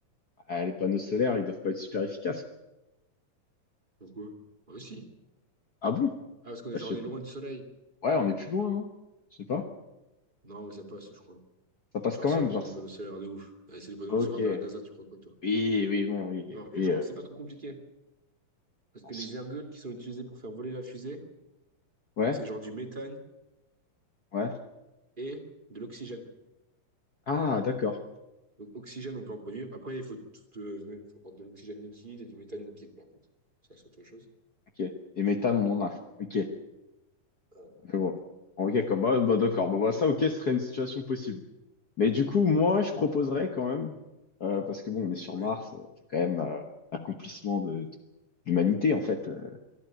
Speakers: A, on the left; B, on the right.
A: Ah, les panneaux solaires, ils doivent pas être super efficaces.
B: Pourquoi? Bah, si.
A: Ah bon?
B: Ah, parce qu'on est,
A: Bah,
B: genre,
A: je sais
B: on est
A: pas.
B: loin du soleil.
A: Ouais, on est plus loin, hein. Je sais pas.
B: Non, mais ça passe, je crois.
A: Ça passe
B: Genre,
A: quand
B: c'est
A: même,
B: vraiment
A: genre.
B: des
A: c'est-
B: panneaux solaires de ouf. Ouais, c'est des panneaux
A: Ok.
B: solaires de la NASA, tu crois quoi, toi?
A: Oui, oui, bon, oui,
B: Bah, En plus,
A: oui.
B: je crois
A: euh,
B: que c'est pas trop compliqué. Parce
A: on
B: que
A: s-
B: les ergols qui sont utilisés pour faire voler la fusée,
A: Ouais,
B: c'est genre du méthane
A: ouais.
B: et de l'oxygène.
A: Ah, d'accord.
B: Donc, oxygène, on peut en produire. Après, il faut, tout, euh, il faut prendre de l'oxygène liquide et du méthane liquide, par contre. Ça, c'est autre chose.
A: Ok. Et méthane, on en a. Ok.
B: Euh,
A: Je vois. Ok,
B: alors,
A: comme bah,
B: quand tu-
A: bah, d'accord. Bah, bah,
B: écoute,
A: ça, ok,
B: on-
A: ce serait une situation possible. Mais du coup, moi, je proposerais quand même, euh, parce que bon, on est sur
B: Ouais.
A: Mars, euh, c'est quand même euh, l'accomplissement de, de l'humanité, en fait. euh,